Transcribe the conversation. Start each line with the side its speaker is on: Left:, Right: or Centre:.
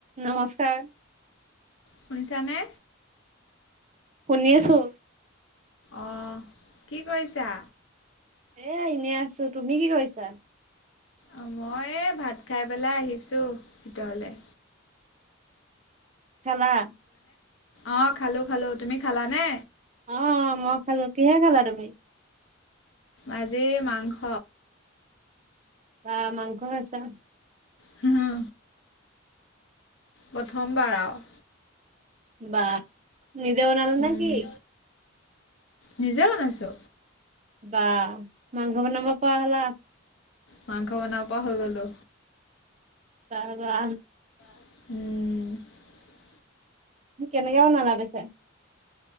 Right: নমস্কাৰ!
Left: শুনিছা নে?
Right: শুনছো।
Left: অহ কি কৰিছা?
Right: এ এনেই আছো তুমি কি কৰিছা?
Left: অ মই এই ভাত খাই পেলাই আহিছো ভিতৰলে।
Right: খালা
Left: অ খালো খালো তুমি খালাানে?
Right: অ মই খালো, কিহে খালা তুমি?
Left: আজি মাংস।
Right: বাঃ মাংস খাইছা।
Left: হম প্ৰথমবাৰ আৰু।
Right: বাঃ নিজেও বনালা‌
Left: উম
Right: নেকি?
Left: নিজে বনাইছো।
Right: বাঃ মাংখ বনাব পোৱাহলা <unintelligible>
Left: মাংসাও বনাব পাৰা হৈ গলো
Right: বাহ বাহ
Left: উম
Right: কেনেকে বনালাপিছে